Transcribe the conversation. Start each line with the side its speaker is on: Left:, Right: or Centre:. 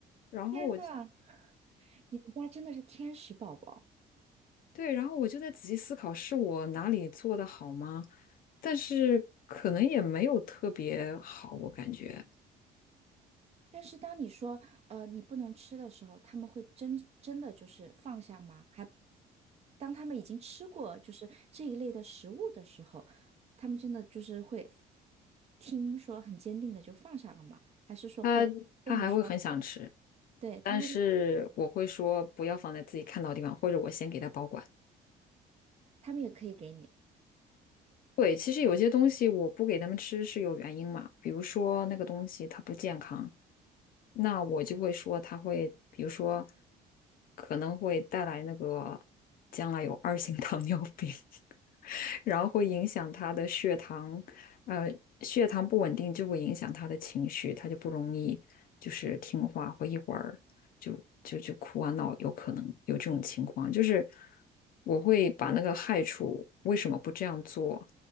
Left: 然后我就
Right: 天呐，你们家真的是天使宝宝。
Left: 对，然后我就在仔细思考，是我哪里做的好吗？但是可能也没有特别好，我感觉
Right: 但是当你说呃你不能吃的时候，他们会真真的就是放下吗？还当他们已经吃过就是这一类的食物的时候，他们真的就是会听说很坚定的就放下了吗？还是说会跟你说，
Left: 他他还会很想吃，
Right: 对，他会跟，
Left: 但是我会说不要放在自己看到的地方，或者我先给他保管。
Right: 他们也可以给你。
Left: 对，其实有些东西我不给他们吃是有原因嘛，比如说那个东西它不健康，那我就会说他会，比如说，可能会带来那个将来有二型糖尿病，<laughs> 然后会影响他的血糖，呃，血糖不稳定就会影响他的情绪，他就不容易就是听话，会一会儿就就就哭啊闹，有可能有这种情况。就是我会把那个害处为什么不这样做，